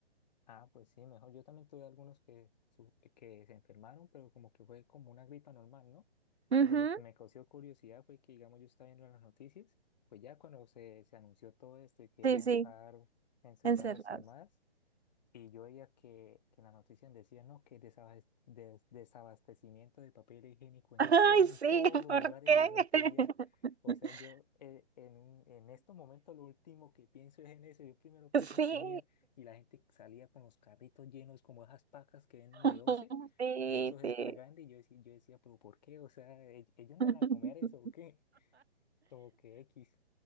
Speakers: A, on the left; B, on the right.
A: Ah, pues sí, mejor. Yo también tuve algunos que, su- que se enfermaron, pero como que fue como una gripa normal, ¿no?
B: Ujú,
A: Pero lo que me causó curiosidad fue que, digamos, yo estaba viendo las noticias, pues ya cuando se, se anunció todo esto y que íbamos
B: Sí, sí,
A: a estar encerrados
B: encerrados.
A: y demás. Y yo veía que, que en la noticia decían, no, que desabas- des- desabastecimiento de papel higiénico
B: <laughs>
A: en
B: Ay,
A: todo,
B: sí,
A: en todos los
B: ¿por
A: lugares,
B: qué?
A: y yo no entendía.
B: <laughs>
A: O sea, yo eh, en, un- en estos momentos lo último que pienso es en eso. Yo primero pienso en
B: Sí,
A: comida y la gente salía con los carritos llenos como esas pacas que venden
B: <laughs>
A: de OCE,
B: sí,
A: de esos extra
B: sí.
A: grandes. Y yo decía, yo decía, pero ¿por qué? O sea, ¿ell- ellos no
B: <laughs>
A: van a comer eso o qué? <laughs> Como que X.